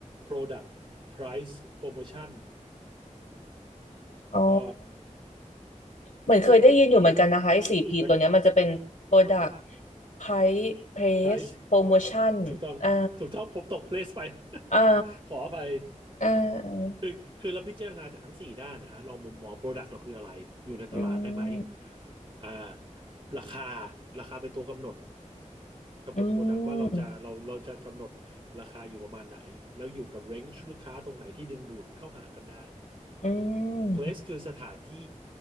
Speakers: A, on the right; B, on the left.
A: Product Price Promotion แล้วก็
B: อ๋อเหมือนเคยได้ยินอยู่เหมือนกันนะคะไอ้สี่พีตัวเนี้ยมันจะเป็น
A: แล้วก็
B: Product Price Place
A: price
B: Promotion
A: ถูกต้องถูกต้องผมตก
B: อ่า
A: place ไป
B: อ่า
A: <laughs> ขออภัย
B: อ่า
A: คือคือเราพิจารณาจากทั้งสี่ด้านนะฮะลองมุมมอง Product เราคืออะไรอยู่ในตลาดได้ไหม
B: อืม
A: อ่าราคาราคาเป็นตัวกำหนด กำหนดโปรดักต์ว่าเราจะเราเราจะกำหนดราคาอยู่ประมาณไหนแล้วอยู่กับเร้นจ์ลูกค้าตรงไหนที่ดึงดูดเข้าหากันได้
B: อืมอืม
A: place คือสถานที่